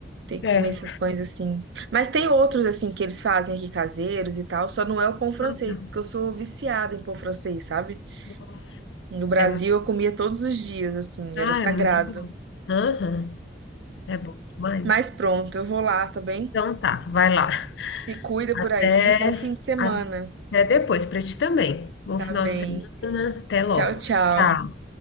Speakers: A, on the right (about 75°); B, on the left (about 75°).
A: Ter que
B: É.
A: comer esses pães assim. Mas tem outros assim que eles fazem aqui caseiros e tal, só não é o pão francês,
B: Ah,
A: porque eu sou viciada em pão francês, sabe?
B: Nossa,
A: No Brasil
B: é muito,
A: eu comia todos os dias, assim,
B: ah,
A: era sagrado.
B: é muito bom. Aham, é bom demais.
A: Mas pronto, eu vou lá, tá bem?
B: Então tá, vai lá.
A: Se cuida
B: Até,
A: por aí, bom fim de semana,
B: até depois, para ti também. Bom
A: tá
B: final
A: bem?
B: de semana, até logo.
A: Tchau, tchau.
B: Tchau.